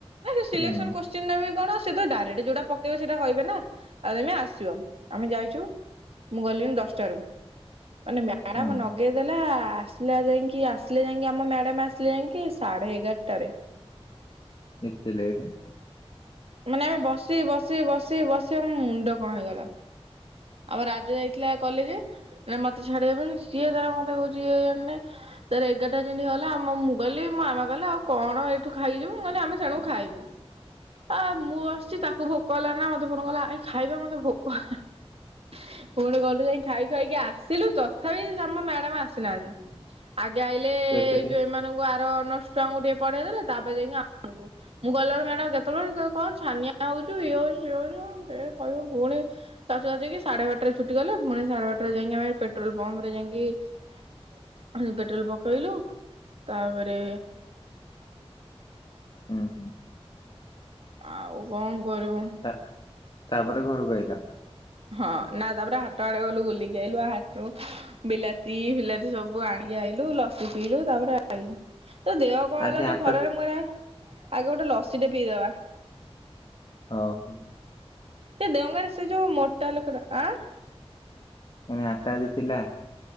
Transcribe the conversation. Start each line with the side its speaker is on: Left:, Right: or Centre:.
Right: ସେ ସିଲେକ୍ସନ
Left: ହୁଁ
Right: କୋଶ୍ଚିନ ଦେବେ କି କଣ ସେ ତ ଡାଇରେକ୍ଟ ଯୋଉଟା ପ ତ ସେଇଟା କହିବେ ନା ଆଉ ତମେ ଆସିବ ଆମେ ଯାଇଛୁ ମୁଁ ଗଲିଣିି ଦଶଟାରୁ ମାନେ ମ୍ୟାଡ଼ମ
Left: ହୁଁ
Right: ନଗେଇ ଦେଲା ଆସିଲା ଯାଇକି ଆସିଲେ ଯାଇକି ଆମ ମ୍ୟାଡ଼ମ୍ ଆସିଲେ ଯାଇକି ସାଢ଼େ ଏଗାରଟାରେ।
Left: ଏତେ ଲେଟେ।
Right: ମାନେ ଆମେ ବସି ବସି ବସି ବସି ଆମ ମୁଣ୍ଡ କଣ ହେଇଗଲା। ଆମ ରାଜା ଯାଇଥିଲା କ ଲେଜେ ମତେ ଛାଡିବା ପାଇଁ ସିଏ ତାର ମତେ କହୁଛି <unintelligible> ଜାଣ ତାର ଏଗାରଟା ଯେମତି ହେଲା ଆମ ମୁ ବୋଲି ମୋ ମାମା କହିଲେ ଆଉ କଣ ଏଇଠୁ ଖାଇଯିବୁ କହିଲେ ଆମେ ସେଣୁ ଖାଇବୁ ଆ ମୁଁ ଆସିଛି ତାକୁ ଭୋକ ହେଲା ନା ମତେଫୋନ କଲା ଏ ଖାଇବା ମତେ ଭୋକ ହେଲାଣି। ପୁଣି ଗଲୁ ଯାଇ ଖାଇ ଖୁଆକି ଆସିଲୁ ତଥାପି ଆମ ମ୍ୟାଡାମ ଆସିନାହାନ୍ତି ଆଗେ ଆଇଲେ ଏଇ
Left: ହୁଁ ଏତେ ଟେ
Right: ଯୋଉ ଏମାନଙ୍କୁ ଆର ଅନର୍ସ ଛୁଆଙ୍କୁ ଟିକେ ପଢେଇ ଦେଲେ ତାପରେ ଯାଇକି ଆମକୁ ମୁଁ ଗଲାବେଳେ ମ୍ୟାଡାମ ଯେତେବେଳେ କଣ ଛାନିଆ ହଉଚୁ ଇଏ ହଉଚୁ ସିଏ ହଉଚୁ କିଏ କହିବ ଫୁଣି ତା ଯାଇକି ସାଢେ ବାରଟାରେ ଛୁଟି ଗଲେ ପୁଣି ସାଢେ ବାରଟାରେ ଯାଇକ ଆମେଟ୍ରୋଲ ପମ୍ପ ରେ ଯାଇକି ପେଟ୍ରୋଲ ପକେଇଲୁ ତାପରେ
Left: ହୁଁ ହୁଁ,
Right: ଆଉ କଣ କରିବୁ
Left: ତା ତାପରେ ଘରୁକୁ ଆଇଲ।
Right: ହଁ ନା ତାପରେ ହାଟ ଆଡେ ଗଲୁ ବୁଲିକି ଆଇଲୁ ହାଟରୁ ବିଲାତି ପି ବିଲାତି ସବୁ ଆଣିକି ଆଇଲୁ ଲସି ପିଇଲୁ ତାପରେ ଆଇଲୁ ଯୋଉ ଦେହ କଣ
Left: ଆଜି
Right: ହେଲା
Left: ହାଟ
Right: ଯୋଉ ଖରାରେ ମୁଁ ଆଗେ ଗୋଟେ ଲସିଟେ ପିଇଦବା
Left: ଅ ହୋ
Right: ସେ ଦେଓଗାଁରେ ସେ ଯୋଉ ମୋଟା ଲୋକଟା ଆଁ
Left: ଏଣେ ଆଠଟା ଆଜି ଥିଲା